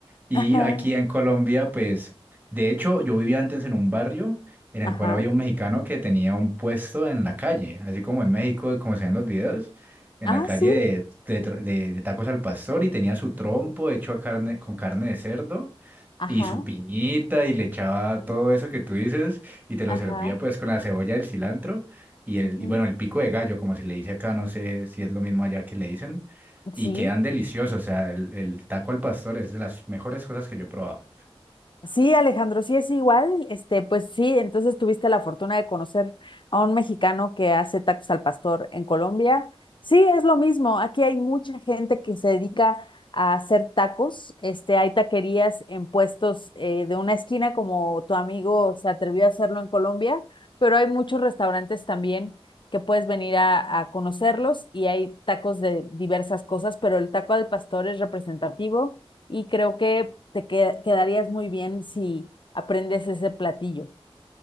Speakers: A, on the right; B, on the left.
A: Y
B: Ajá,
A: aquí en Colombia, pues, de hecho, yo vivía antes en un barrio en el
B: ajá.
A: cual había un mexicano que tenía un puesto en la calle, así como en México, como se ven los videos, en
B: Ah,
A: la calle
B: sí.
A: de, de tro- de- de tacos al pastor y tenía su trompo hecho a carne, con carne de cerdo
B: Ajá,
A: y su piñita y le echaba todo eso que tú dices y te lo
B: ajá.
A: servía pues con la cebolla, el cilantro y el
B: ujú.
A: y bueno, el pico de gallo, como se le dice acá, no sé si es lo mismo allá que le dicen, y
B: Sí.
A: quedan deliciosos, o sea, el, el taco al pastor es de las mejores cosas que yo he probado.
B: Sí, Alejandro, sí es igual. Este, pues sí, entonces tuviste la fortuna de conocer a un mexicano que hace tacos al pastor en Colombia. Sí, es lo mismo. Aquí hay mucha gente que se dedica a hacer tacos. Este, hay taquerías en puestos eh, de una esquina, como tu amigo se atrevió a hacerlo en Colombia, pero hay muchos restaurantes también que puedes venir a, a conocerlos y hay tacos de diversas cosas, pero el taco al pastor es representativo y creo que te que- quedarías muy bien si aprendes ese platillo.